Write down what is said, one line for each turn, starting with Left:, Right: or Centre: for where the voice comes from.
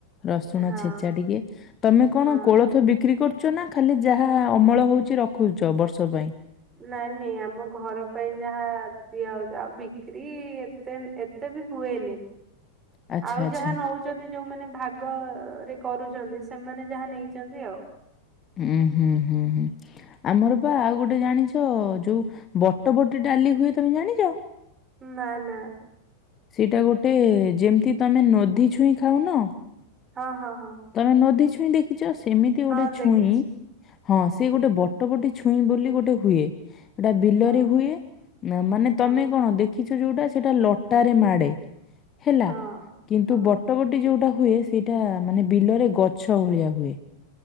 Left: ରସୁଣ
Right: ହଁ
Left: ଛେଚା ଟିକେ, ତମେ କଣ
Right: ହଁ
Left: କୋଳ ତ ବିକ୍ରି କରୁଚ ନା, ଖାଲି ଯାହା ଅମଳ ହଉଚି, ରଖୁଚ, ବର୍ଷ ପାଇଁ?
Right: ନାଇଁ ନାଇଁ ଆମ ଘର ପାଇଁ ଯାହା ଦିଆହଉଚି, ଆଉ ବିକ୍ରି ଏତେ ଏ ତେ ବି ହୁଏନି।
Left: <inaudible>
Right: ଆଉ
Left: ଆଚ୍ଛା
Right: ଯାହା ନଉ ଚନ୍ତି, ଯୋଉମାନେ ଭାଗ ରେ କରୁଚନ୍ତି, ସେମାନେ ଯାହା ନେଇଚନ୍ତି ଆଉ।
Left: ହୁଁ ହୁଁ ହୁଁ ହୁଁ। ଆମର ପା ଆଉ ଗୋଟେ ଜାଣିଚ, ଯୋଉ ବଟବଟି ଡାଲି ହୁଏ ତମେ ଜାଣିଚ?
Right: ନା ନା।
Left: ସେଇଟା ଗୋଟେ ଯେମିତି ତମେ ନଧି ଛୁଇଁ ଖାଉନ
Right: ହଁ ହଁ। ହଁ
Left: ତମେ ନଦୀ ଛୁଇଁ ଦେଖିଛ ସେମିତି
Right: ହଁ
Left: ଗୋଟେ
Right: ଦେଖିଛି
Left: ଛୁଇଁ ହଁ ସେ ଗୋଟେ ବଟ ବଟେ ଛୁଇଁ ବୋଲି ଗୋଟେ ହୁଏ ସେଟା ବିଲରେ
Right: ହଁ
Left: ହୁଏ। ମାନେ
Right: ହଁ
Left: ତମେ କଣ ଦେଖିଛ ଯୋଉଟା ସେଇଟା ଲଟାରେ ମାଡେ ହେଲା,
Right: ହଁ।
Left: କିନ୍ତୁ
Right: ହଁ
Left: ବଟବଟି ଯୋଉଟା ହୁଏ ସେଇଟା ମାନେ ବିଲରେ ଗଛ ଭଳିଆ ହୁଏ।